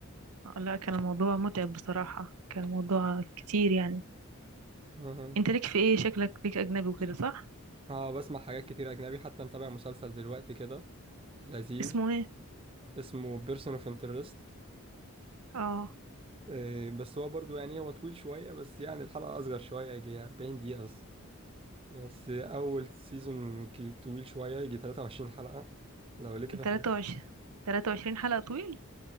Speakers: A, on the right; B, on the right.
A: آه، لا كان الموضوع متعب بصراحة كان الموضوع كتير يعني
B: اه
A: انت ليك في ايه شكلك ليك أجنبي وكده صح؟
B: آه، بسمع حاجات كتير اجنبي حتى متابع مسلسل دلوقتي كده لذيذ
A: اسمه ايه؟
B: اسمه بيرسون اوف انترست
A: اه
B: إيه، بس هو برضو يعني هو طويل شوية بس يعني الحلقة أصغر شوية يجي 40 دقيقة بس بس أول سيزون كي- طويل شوية يجي 23 حلقة لو ليكي في الحاجات
A: تلاتة وعشرين تلاتة وعشرين حلقة طويل